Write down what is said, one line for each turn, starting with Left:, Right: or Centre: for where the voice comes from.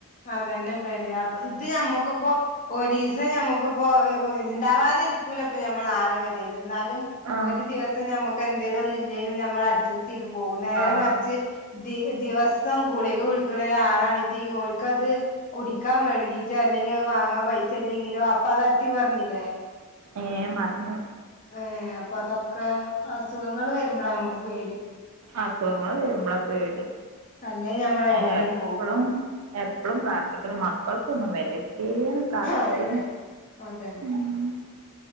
Left: അതന്നെ പേടിയ അപ്പ ഇത് ഞമ്മക്കിപ്പോ ഒരീസം ഞമ്മക്കിപ്പോ ഓ എന്ത് ഉണ്ടാവാതിരിക്കൂലപ്പ ഞമ്മള് ആര് പെരേലും എന്നാലും
Right: ആ
Left: ഒരു ദിവസം നമ്മുക്ക് എ എന്തേലുന്നില്ല്യേന് നമ്മള് അഡ്ജസ്റ്റ് ചെയ്ത് പോകും നേരെ
Right: ആ
Left: മറിച്ച് ദിവ ദിവസ് സം ഗുളിക കുഴിക്കുന്ന ഒരാളാണെച്ചി ഓര്ക്കത് കുടിക്കാൻ വഴകിട്ട് അല്ലെങ്കി ആ വാങ്ങാ പൈസ ഇല്ലെങ്കിലോ അപ്പൊ അത് അട്ടി മറിഞ്ഞില്ലേ
Right: ഏ മറിഞ്ഞു
Left: ഏ അപ്പൊ അതൊക്കെ അസുഖങ്ങൾ വരുമ്പോളാ നമുക്ക് പേടി
Right: അസുഖങ്ങള് വരുമ്പോളാ പേടി
Left: അല്ലേ ഞമ്മൾ
Right: ഞാൻ
Left: എങ്ങനെയും
Right: എപ്പളും
Left: പോകും
Right: എപ്പളും പ്രാർത്ഥിക്കണ് മക്കൾക്കൊന്നും വരര് ഏന്ന് പ്രാർത്ഥിക്കാൻ
Left: അതന്നെ അതന്നെ
Right: ഉം...